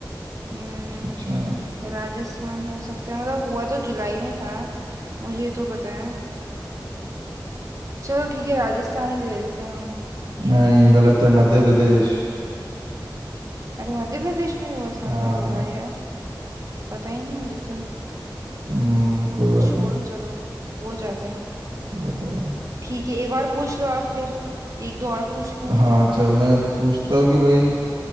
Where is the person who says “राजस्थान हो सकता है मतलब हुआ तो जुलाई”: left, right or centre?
Right